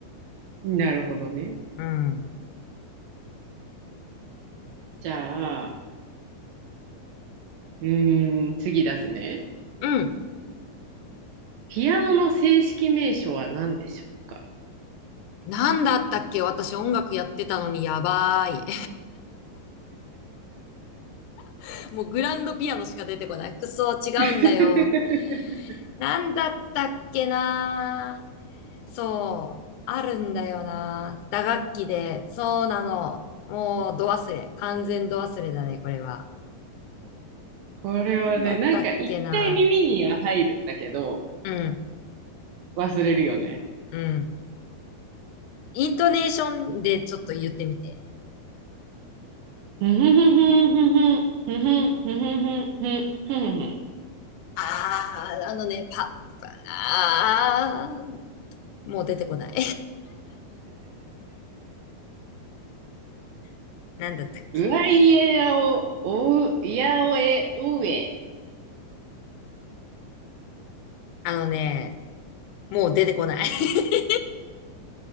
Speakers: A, on the right; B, on the left.
A: うん。なるほどね。
B: うん。
A: じゃあ、うーん、次出すね。
B: うん。
A: ピアノの正式名称は何でしょうか
B: なんだったっけ私音楽やってたのにやばい。<laughs> もうグランドピアノしか出てこない。くそ、違うんだよ。
A: <laughs>
B: なんだったっけなそう、あるんだよな。打楽器で、そうなの。もう、ど忘れ。完全ど忘れだね、これは。
A: これはね、
B: なんだったっけな。
A: なんか一回耳には入るんだけど、
B: うん、
A: 忘れるよね。
B: うん。イントネーションでちょっと言ってみて。
A: ふふふふふふふふふふふふふ
B: あー、あのね、パ、あー、もう出てこない。<laughs> なんだったっけ。
A: うわいえやお、おう、いやおえ、おうえ。
B: あのね、もう出てこない。<laughs>